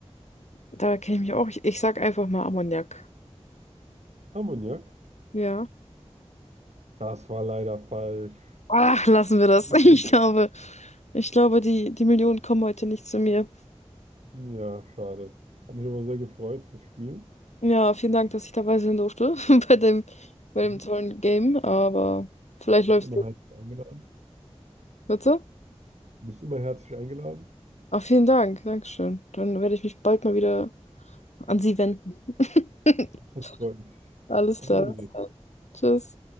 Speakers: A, on the left (about 80°); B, on the right (about 75°).
A: da kenne ich mich auch. Ich, ich sag einfach mal Ammoniak.
B: Ammoniak?
A: Ja.
B: Das war leider falsch.
A: Ach, lassen wir das.
B: Schwefel.
A: <laughs> Ich glaube, ich glaube, die, die Millionen kommen heute nicht zu mir.
B: Ja, schade. Hab mich aber sehr gefreut fürs Spiel.
A: Ja, vielen Dank, dass ich dabei sein durfte <laughs> bei dem, bei
B: Du
A: dem tollen Game. Aber vielleicht
B: bist
A: läuft's.
B: immer
A: es.
B: herzlich eingeladen.
A: Bitte?
B: Du bist immer herzlich eingeladen.
A: Ach, vielen Dank. Dankeschön. Dann werde ich mich bald mal wieder an Sie wenden. <laughs>
B: Das freut mich.
A: Alles
B: Auf
A: klar.
B: Wiedersehen.
A: Tschüss.